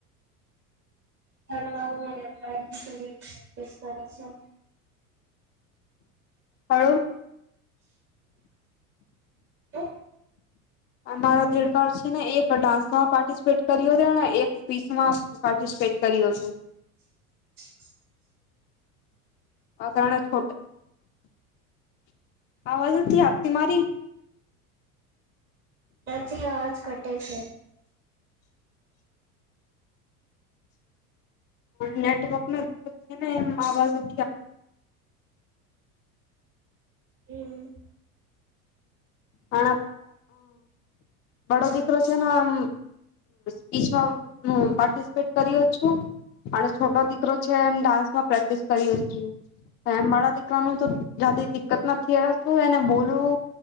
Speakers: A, on the right; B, on the left.
A: હ વાુંીતે પ્રેકસ કરે છે <unintelligible>
B: હળવું.
A: <unintelligible> હ.
B: મારા દેડકાર છે ને, એક ડાન્સમાં પાર્ટિસિપેટ કર્યો હતો ને, એક સ્પીચમાં. પાર્ટિસિપેટ કર્યું હતું.
A: <unintelligible>
B: આ તણે છોટા‌. આવાજ ઉથી આતી મારી.
A: દજી અવાજ કટે છે.
B: નેટવર્ક ને, એ આવાજ ઉ
A: હમમમ
B: હ બાડો દીકરો છે નેમ હપીચમાં હ પાર્ટિસિપેટ કર્યો છું. અને છોટો દીકરો છે એમ ડાન્સ માં પ્રેક્ટિસ કરીએ છીએ હમ માળા દીકરાનું તો જાતે દિકકત નથી તું એને બોલું